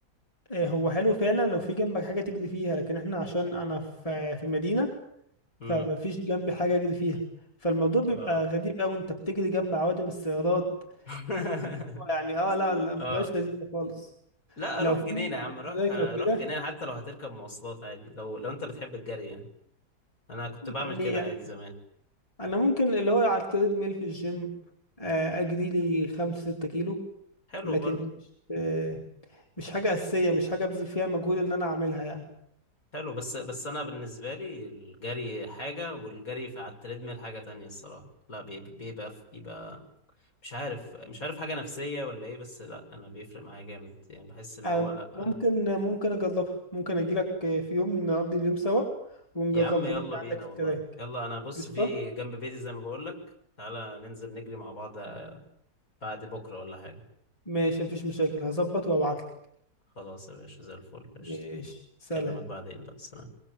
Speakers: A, on the left; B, on the left.
A: آه، هو حلو فعلا لو في جنبك حاجه تجري فيها لكن احنا عشان انا في في مدينه
B: امم
A: فما فيش جنبي حاجه اجري فيها فالموضوع بيبقى
B: اه
A: غريب قوي انت بتجري جنب عوادم السيارات
B: <laughs>
A: اللي هو يعني اه لا لا ما
B: اه
A: بتبقاش لذيذه خالص
B: لا
A: لو
B: روح
A: في
B: جنينة يا عم روح
A: تراك
B: روح
A: او كده
B: جنينة حتى لو هتركب مواصلات عادي لو لو انت بتحب الجري يعني انا كنت بعمل
A: يعني
B: كده عادي زمان
A: انا ممكن اللي هو على التريد ميل في الجيم آه، اجري لي 5 6 كيلو
B: حلو
A: لكن
B: برضو
A: مش آه، مش حاجه اساسيه مش حاجه ابذل فيها مجهود ان انا اعملها يعني
B: حلو بس بس انا بالنسبة لي الجري حاجة والجري في على التريدميل حاجة تانية الصراحة لا بيبقى بيبقى مش عارف مش عارف حاجة نفسية ولا ايه بس لا انا بيفرق معايا جامد يعني بحس ان
A: آه،
B: هو لا
A: ممكن
B: أنا...
A: ممكن اجربها ممكن اجي لك في يوم نقضي اليوم سوا ونجربها
B: يا عم يلا
A: نجري
B: بينا
A: عندك في
B: والله
A: التراك
B: يلا انا بص
A: قشطه
B: في جنب بيتي زي ما بقولك تعالى ننزل نجري مع بعض بعد بكرة ولا حاجة
A: ماشي مفيش مشاكل هظبط وابعت لك
B: خلاص يا باشا زي الفل
A: ماشي
B: قشطة
A: سلام
B: اكلمك بعدين بقى سلام